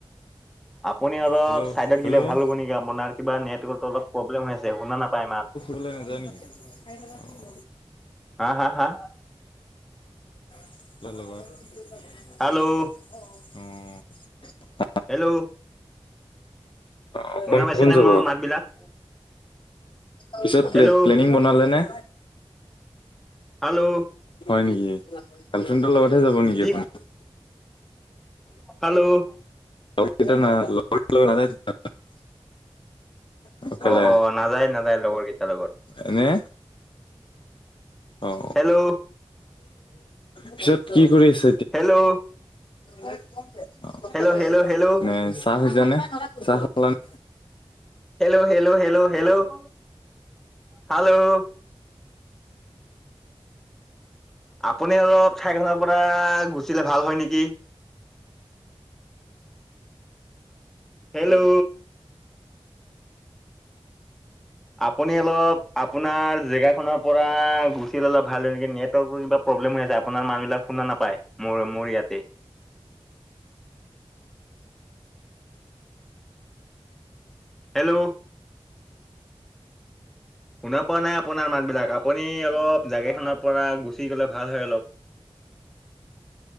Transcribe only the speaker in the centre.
আপুনি অলপ
চাইডত
গিলে ভাল হ'ব নেকি? আপোনাৰ কিবা নেটৱৰ্ক অলপ প্ৰব্লেম হৈ আছে। শুনা নাপায় মা
হা - হা - হা?
হেল্ল'
হেল্ল'?
শুনা
পাইছে
নে
মোৰ মাতবিলাক?
হেল্ল'
হেল্ল'?
কি
হেল্ল'?
অ' - অ', নাযায় - নাযায় লগৰকেইটাৰ লগত।
হেল্ল'
হেল্ল'?
হেল্ল' হেল্ল' হেল্ল' হেল্ল'
Hello - hello - hello - hello? Hello? আপুনি অলপ ঠাইখনৰ পৰা গুচিলে ভাল হয় নেকি?
হেল্ল'? আপুনি অলপ আপোনাৰ জেগাখনৰ পৰা গুচি ললে ভাল হয় নেকি? নেটৱৰ্ প্ৰব্লেম হৈ আছে। আপোনাৰ মাতবিলাক শুনা নাপায়, মোৰ- মোৰ ইয়াতে।
হেল্ল'? শুনা পোৱা নাই আপোনাৰ মাতবিলাক। আপুনি অলপ জাগাখনৰ পৰা গুচি গ'লে ভাল হয় অলপ।